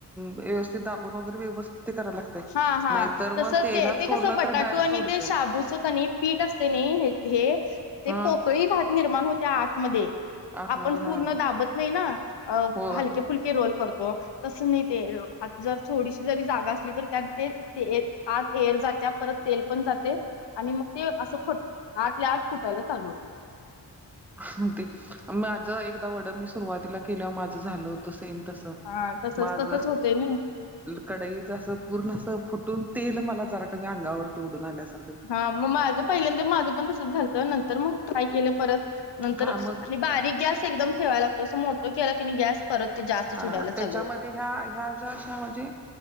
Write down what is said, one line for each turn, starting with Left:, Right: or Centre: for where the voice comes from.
Centre: व्यवस्थित दाबून वगैरे व्यवस्थित ते करायला लागतय
Left: हा हा
Centre: नाहीतर
Left: तस
Centre: मग तेलात
Left: ते ते
Centre: सोडलं
Left: कस बटाटू
Centre: तर डायरेक्ट
Left: आणि
Centre: उडते
Left: ते शाबूच क नाही पीठ असते नाही हे ते
Centre: हा
Left: पोकळी भात निर्माण होत्या आतमध्ये
Centre: आतमध्ये
Left: आपण
Centre: हा
Left: पूर्ण दाबत नाही ना अ
Centre: होय
Left: हलके फुलके रोल करतो तस नाही ते आ जर थोडीशी जरी जागा असली तर त्यात ते ते आत एर जात्या परत तेल पण जाते आणि मग ते असं खट आठ ला आठ फुटायला चालवते
Centre: माझ एकदा वड मी सुरुवातीला केलंवर माझं झालं होतं सेम तस
Left: हा तसच
Centre: माझ
Left: तसच होते ना
Centre: कडाईच असं पूर्ण अस फुटून तेल मला जरा का मी अंगावरती उडून आल्यास
Left: हा मग माझं पहिल्यांत माझं पण तसंच झालतं नंतर मग ट्राय केलं परत नंतर
Centre: हा
Left: आणि
Centre: मग
Left: बारीक गॅस एकदम ठेवा लागतो अस मोठं केलं की नाही गॅस परत जास्तच
Centre: हा
Left: उडायला
Centre: त्याच्यामध्ये
Left: चालू होते
Centre: ह्या ह्या ज्याश्या म्हणजे